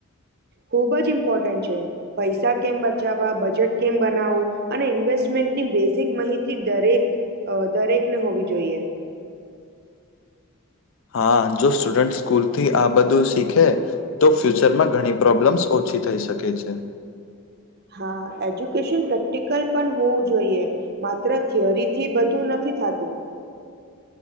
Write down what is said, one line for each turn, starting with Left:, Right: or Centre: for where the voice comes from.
Right: ખુબ જ ઇમ્પોર્ટન્ટ છે. પૈસા કેમ બચાવવા બજેટ કેમ બનાવવું... અને ઇન્વેસ્ટમેન્ટની બેઝિક માહિતી દરેક અ દરેકને હોવી જોઈએ.
Left: હા જો સ્ટુડન્ટ સ્કૂલ થી આ બધું શીખે. તો ફ્યુચરમાં ઘણી પ્રોબ્લેમ્સ ઓછી થઈ શકે છે.
Right: હા એજ્યુકેશન પ્રેક્ટિકલ પણ હોવું જોઈએ. માત્ર થિયરી થી બધું નથી થતું.